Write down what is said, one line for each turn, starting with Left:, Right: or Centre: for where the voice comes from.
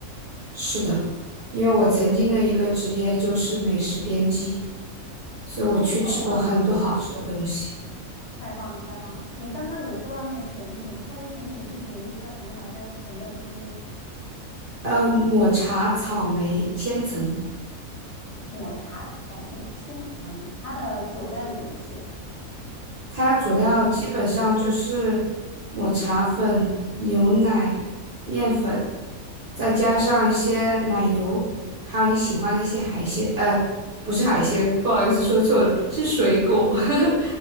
Right: 是的，因为我曾经的一个职业就是美食编辑。所以我去吃过很多好吃的东西。
Left: 哦，太棒了，太棒了，太棒了！你刚刚有说到那个甜品，那个甜品具体名字叫什么来着？我没有听清。
Right: 呃，抹茶草莓千层，
Left: 抹茶草莓千层，它的佐料有哪一些呀？
Right: 它佐料基本上就是抹茶粉、牛奶、面粉，再加上一些奶油，还有你喜欢的一些海鲜。呃，不是海鲜，不好意思说错了，是水果。<laughs>